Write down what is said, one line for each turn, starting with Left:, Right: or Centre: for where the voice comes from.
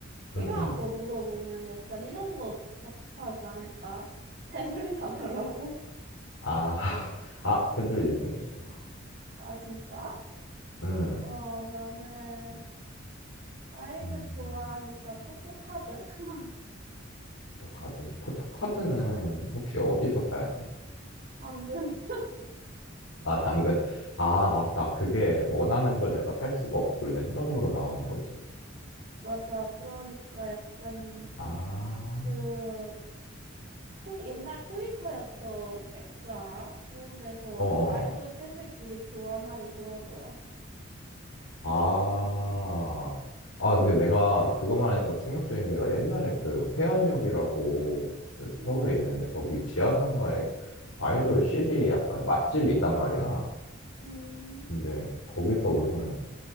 Right: 필요한
Left: 음, 음.
Right: 거 물어보면 약간 이런 거 답하지 않을까? <laughs> 태블릿 사달라고?
Left: 아, <laughs> 아, 태블릿은 있어.
Right: 아, 진짜?
Left: 음.
Right: 어, 나는 아이돌
Left: 음.
Right: 좋아하니까 포토카드? <laughs>
Left: 포토카드. 포토카드는 혹시 어디서 사야 돼?
Right: 방금.
Left: 아, 당근. 아, 맞다. 그게 원하는 걸 내가 살 수가 없고 랜덤으로 나오는 거지.
Right: <laughs> 맞아. 그러니까 약간
Left: 아,
Right: 그 트, 옛날 트위터였던 X 알아? 그런 데서
Left: 어어.
Right: 아이돌 팬들끼리 교환하고 그러더라.
Left: 아. 아, 근데 내가 그거 말하니까 충격적인 게 나 옛날에 그 회원역이라고 그
Right: 음,
Left: 서울에 있는데 거기 지하상가에 아이돌 CD 약간 맛집이 있단 말이야.
Right: 음.
Left: 근데 거기서 무슨